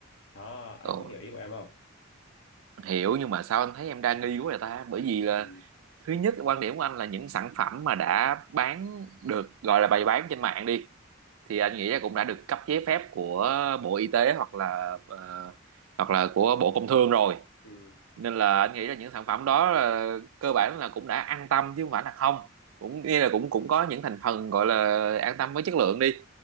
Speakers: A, on the left; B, on the right.
A: đó
B: ồ,
A: anh có hiểu ý của em không
B: hiểu nhưng mà sao anh thấy em đa nghi quá vậy ta bởi vì là
A: ừ.
B: thứ nhất quan điểm của anh là những sản phẩm mà đã bán được gọi là bày bán trên mạng đi thì anh nghĩ là cũng đã được cấp giấy phép của Bộ Y tế hoặc là ờ, hoặc là của Bộ Công Thương rồi
A: Ừ.
B: nên là anh nghĩ là những sản phẩm đó là, cơ bản là cũng đã an tâm chứ không phải là không cũng nghĩa là cũng cũng có những thành phần gọi là an tâm với chất lượng đi